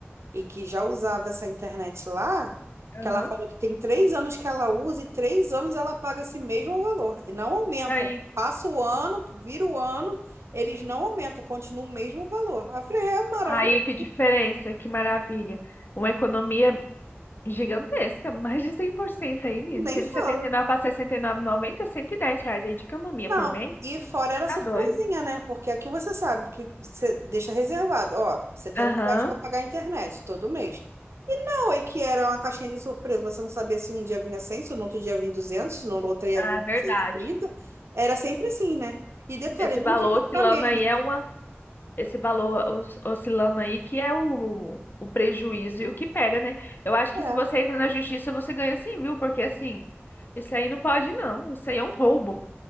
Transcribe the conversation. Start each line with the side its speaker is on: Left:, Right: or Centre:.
Right: e que já usava essa internet lá,
Left: Aham.
Right: que ela falou que tem três anos que ela usa e três anos ela paga esse mesmo valor e não aumenta.
Left: Aí.
Right: Passa o ano, vira o ano, eles não aumentam, continua o mesmo valor. Aí eu falei, é maravilhoso,
Left: Aí, que diferença, que maravilha. Uma economia gigantesca, mais de 100% aí, menino.
Right: nem
Left: cento
Right: fala.
Left: e e setenta e nove para sessenta e nove, e noventa, cento e dez reais aí de camomia
Right: Não,
Left: por mês.
Right: e fora era
Left: Tá
Right: surpresinha,
Left: doido.
Right: né? Porque aqui você sabe que você deixa reservado, ó, R$ 70
Left: Aham,
Right: reais para pagar a internet todo mês. Foi que era uma caixinha de surpresa. Você não sabia se um dia vinha cem se no outro dia vinha duzentos se no outro dia
Left: tá,
Right: vinha
Left: é verdade.
Right: cento e trinta Era sempre assim, né? E detalhe,
Left: Esse
Right: nunca
Left: valor
Right: ia
Left: oscilando
Right: pra menos.
Left: aí é uma. Esse valor os- oscilando aí que é o, o prejuízo e o que pega, né? Eu acho que
Right: É.
Left: se você entra na justiça, você ganha sim, viu? Porque assim, isso aí não pode não. Isso aí é um roubo.